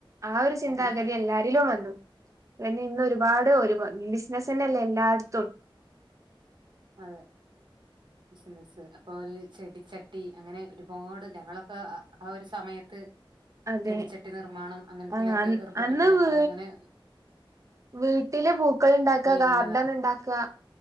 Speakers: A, on the right; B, on the right.
A: ആ ഒരു ചിന്താഗതി
B: അതില് ആ
A: എല്ലാരിലും വന്നു പിന്നെ ഇന്നരു ഒരുപാട് ഒരു ബിസിനസ്സന്നല്ലേ എല്ലായിടത്തും
B: അതെ ബിസിനസ് അപ്പോല്ലെ ചെടിച്ചട്ടി അങ്ങനെ ഒരുപാട് ഞങ്ങളൊക്കെ ആ ആ ഒരു സമയത്ത്
A: അതെ
B: ചെടിച്ചട്ടി നിർമ്മാണം അങ്ങനത്തിലൊക്കെ
A: ആഹ്
B: ഏർപ്പെട്ടിട്ട്
A: അന്ന്
B: ഞങ്ങള്
A: വീ
B: ഇങ്ങനെ
A: വീട്ടില് പൂക്കള് ഇണ്ടാക്കാ ഗാർഡന്
B: അങ്ങനെതാ
A: ഇണ്ടാക്കാ